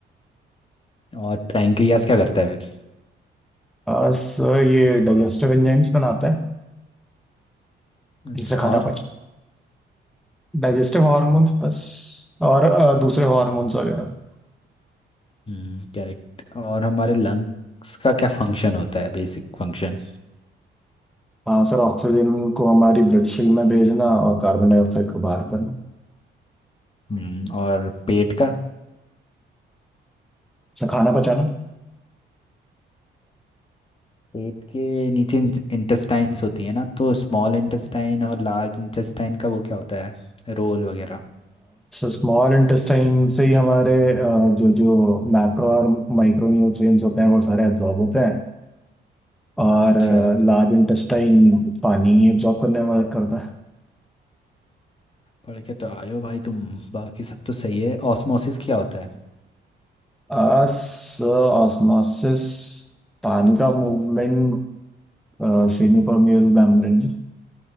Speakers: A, on the left (about 30°); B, in the centre.
A: और पैंक्रियास क्या करता है फिर
B: अ, सर ये डाइजेस्टिव एंजाइम्स बनाता है
A: अच्छा
B: जिससे खाना
A: और
B: पचे डाइजेस्टिव हार्मोन्स बस और अ, दूसरे हार्मोन्स वगैरह
A: हम्म करेक्ट और हमारे लंग्स का क्या फंक्शन होता है बेसिक फंक्शन
B: हाँ सर ऑक्सीजन को हमारी ब्लड स्ट्रीम में भेजना और कार्बन डाइऑक्साइड को बाहर करना
A: हम्म और पेट का
B: सर खाना पचाना
A: पेट के नीचे इंटेस्टाइन्स होती है ना तो स्मॉल इंटेस्टाइन और लार्ज इंटेस्टाइन का वो क्या होता है रोल वगैरह
B: स्मॉल इंटेस्टाइन से ही हमारे अ, जो जो मैक्रो और माइक्रो न्यूट्रिएंट्स होते हैं वो सारे एब्जॉर्ब होते हैं और
A: अच्छा
B: लार्ज इंटेस्टाइन पानी एब्जॉर्ब करने में मदद करता
A: पढ़ के तो आयो भाई तुम बाकी सब तो सही है ऑस्मोसिस क्या होता है
B: है ऑस्मोसिस पानी का movement semi permeable membrane